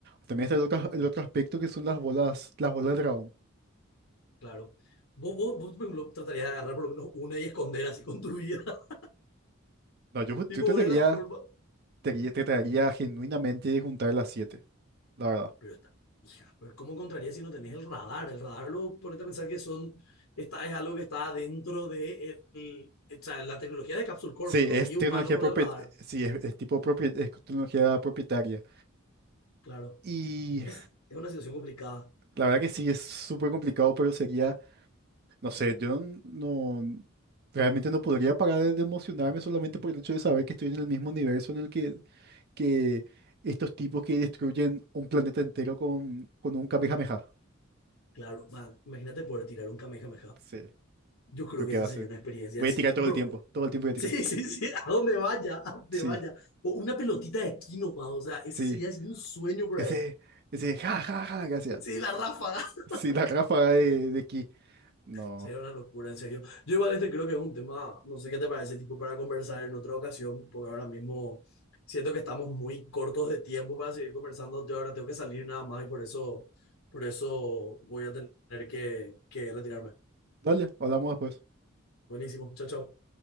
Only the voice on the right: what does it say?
también está el otro, el otro aspecto que son las bolas, las bolas del dragón.
No, yo, ju-
yo trataría,
trataría, trataría genuinamente de juntar las siete, la verdad.
Sí,
es
tecnología
propietaria,
sí, es, es tipo propie- es tecnología propietaria.
Y
la verdad que sí, es súper complicado, pero sería... No sé, yo n- no realmente no podría parar de de emocionarme solamente por el hecho de saber que estoy en el mismo universo en el que, que estos tipos que destruyen un planeta entero con, con un Kamehameha.
Sí, yo
creo
que
va a
ser.
Voy
a tirar todo
el tiempo, todo el
tiempo voy a tirar.
Sí,
sí.
Ese, ese ja, ja, ja que hacían.
Sí, la ráfaga de, de ki. No.
Dale, hablamos después.